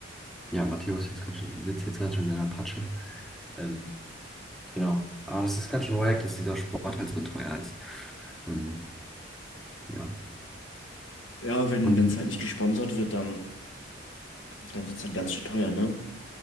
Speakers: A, in the centre; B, on the left (about 75°).
A: ja, Matteo ist jetzt ganz schön, sitzt jetzt ganz schön in der Patsche. Ähm, genau. Aber das ist ganz schön wack, dass dieser Sport halt so teuer ist. Ähm, ja.
B: Ja, wenn
A: Und
B: wenn es halt nicht gesponsert wird, dann, dann wird es halt ganz schön teuer, ne?